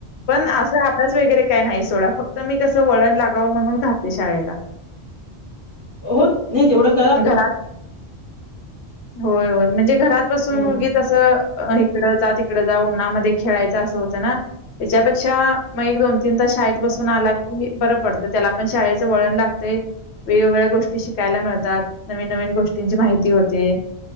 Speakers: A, on the left; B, on the left.
A: पण असा अभ्यास वगैरे काय नाही सोडा फक्त मी कसं वळण लागावं म्हणून घातले शाळेला
B: हो नाही तेवढंच
A: घरात होय होय म्हणजे घरात बसून
B: हम्म
A: उगीच जसं इकड जा तिकड जा उन्हामध्ये खेळायचं असं होतं ना त्याच्यापेक्षा मग एक दोन तीन तास शाळेत बसून आला की बरं पडतं त्याला पण शाळेचं वळण लागते वेगवेगळ्या गोष्टी शिकायला मिळतात. नवीन नवीन गोष्टींची माहिती होते